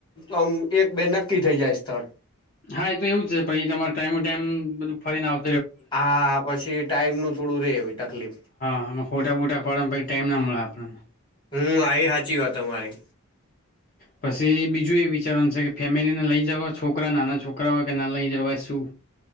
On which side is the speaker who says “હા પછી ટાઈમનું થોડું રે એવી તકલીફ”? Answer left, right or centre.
Left